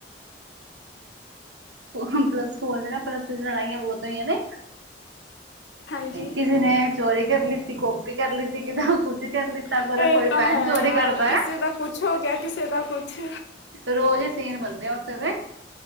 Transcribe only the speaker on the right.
ਹੁਣ ਪੱਲਸਟੂ ਪਲੱਸਟੂ ਚ ਲੜਾਈਆਂ ਬਹੁਤ ਹੋਈਆਂ ਨੇ।
ਕਿਸੀ ਨੇ ਚੋਰੀ ਕਰ ਲਿੱਤੀ ਕੋਪੀ ਕਰ ਲਿੱਤੀ ਕੀਦਾ ਕੁਝ ਕਰ ਲਿ ਦਾ
ਕੋਈ
ਪੈਨ
ਚੋਰੀ
ਕਰਦਾ
ਐ।
ਰੋਜ਼ ਈ ਸੀਨ ਬਨਦੇ ਆ ਓਥੇ ਤੇ